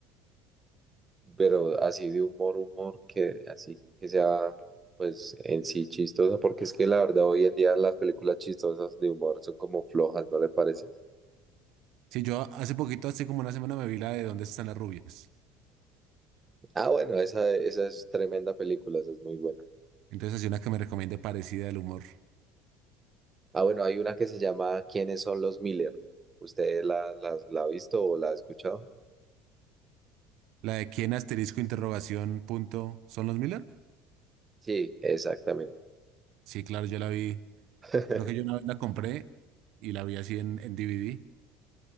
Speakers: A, on the right (about 25°); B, on the right (about 65°).
A: Pero así de humor, humor, que así, que sea pues en sí chistosa, porque es que la verdad hoy en día las películas chistosas de humor son como flojas, ¿no le parece?
B: Sí, yo hace poquito, hace como una semana, me vi la de ¿Dónde están las rubias?
A: Ah, bueno, esa, esa es tremenda película, esa es muy buena.
B: Entonces, así una que me recomiende parecida al humor.
A: Ah, bueno, hay una que se llama ¿Quiénes son los Miller? ¿Usted la, la, la ha visto o la ha escuchado?
B: La de quién asterisco interrogación punto, ¿son los Miller?
A: Sí, exactamente.
B: Sí, claro, yo la vi.
A: <laughs>
B: Creo que yo una vez la compré y la vi así en, en DVD.